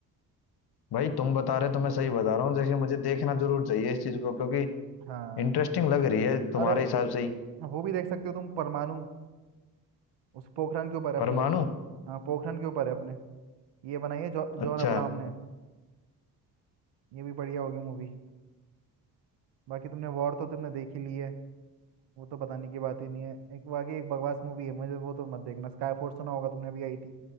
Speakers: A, on the left; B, on the right.
A: भाई तुम बता रहे तो मैं सही बता रहा हूँ जैसे मुझे देखना जरूर चाहिए इस चीज को क्योंकि
B: हाँ
A: इंटरेस्टिंग लग रही है तुम्हारे
B: अरे
A: हिसाब से ही
B: वो भी देख सकते हो तुम परमाणु उस पोखरण के ऊपर है
A: परमाणु
B: अपनी हाँ पोखरण के ऊपर है अपने ये बनाई है जॉ, जॉन
A: अच्छा
B: अब्राहम ने ये भी बढ़िया होगी मूवी बाकी तुमने वॉर तो तुमने देख ही ली है वो तो बताने की बात ही नहीं है एक बाकी एक बकवास मूवी है मुझे वो तो मत देखना स्काई फोर्स सुना होगा तुमने अभी आई थी